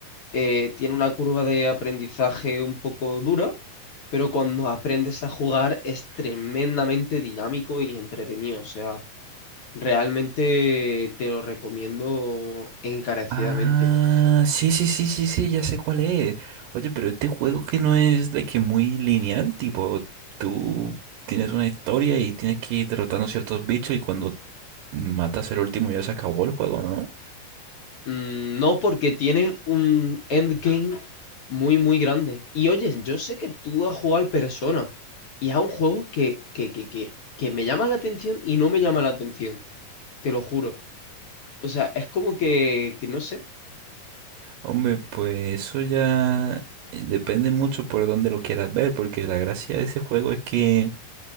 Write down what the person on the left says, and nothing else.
eh, tiene una curva de aprendizaje un poco dura, pero cuando aprendes a jugar es tremendamente dinámico y entretenido. O sea, realmente te lo recomiendo encarecidamente.
Mm, No, porque tienen un endgame muy, muy grande. Y oye, yo sé que tú has jugado al Persona y es un juego que, que, que, que, que me llama la atención y no me llama la atención, te lo juro. O sea, es como que, que no sé.